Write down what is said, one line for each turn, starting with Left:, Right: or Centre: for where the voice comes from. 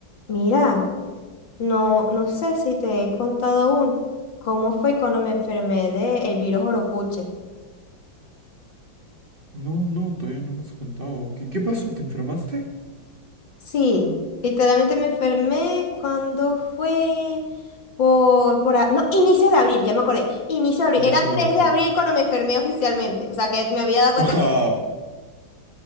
Left: Mira, no, no sé si te he contado aún cómo fue cuando me enfermé del virus Oropuche.
Right: No, no, todavía no me has contado. ¿Qué, qué pasó? ¿Te enfermaste?
Left: Sí, literalmente me enfermé cuando fue por, por... a- No, inicios de abril, ya me acordé. Inicios de abril.
Right: Innecesario.
Left: Era 3 de abril
Right: <laughs>
Left: cuando me enfermé oficialmente. O sea que me había dado cuenta
Right: Wow,
Left: que